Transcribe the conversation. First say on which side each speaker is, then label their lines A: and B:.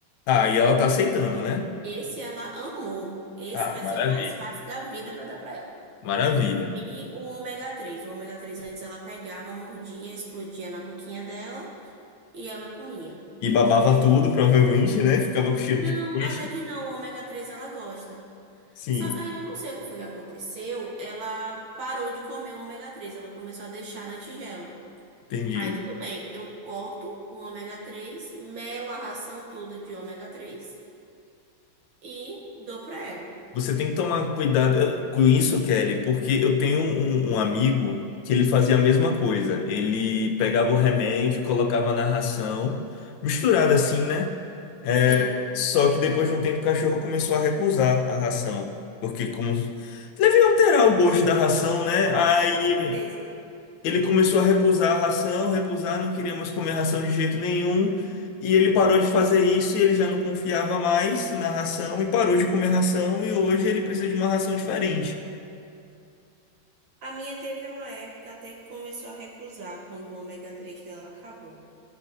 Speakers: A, on the left; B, on the right.
A: Ah, e ela tá aceitando, né?
B: Esse ela amou. Esse
A: Ah,
B: vai
A: maravilha.
B: ser o mais fácil da vida para dar para ela.
A: Maravilha.
B: E o ômega 3. O ômega 3 antes ela pegava, mordia, explodia na boquinha dela e ela comia.
A: E babava tudo, provavelmente, né? Ficava com cheiro
B: Não,
A: de peixe.
B: até que não. O ômega 3 ela gosta.
A: Sim,
B: Só que aí eu não sei o que foi que aconteceu. Ela parou de comer o ômega três. ela começou a deixar na tigela.
A: entendi.
B: Aí tudo bem, eu corto o ômega 3, melo a ração toda de ômega 3 e dou pra ela.
A: Você tem que tomar cuidado eh, com isso, Kelly, porque eu tenho um, um amigo que ele fazia a mesma coisa. Ele pegava o remédio, colocava na ração, misturado assim, né? É,
B: Sim,
A: só que depois de um tempo o cachorro começou a recusar a ração. Porque como deve alterar o gosto da ração, né? Aí
B: com certeza.
A: Ele começou a recusar a ração, recusar, não queria mais comer ração de jeito nenhum. E ele parou de fazer isso e ele já não confiava mais na ração e parou de comer ração. E hoje ele precisa de uma ração diferente.
B: A minha teve uma época até que começou a recusar quando o ômega 3 dela acabou.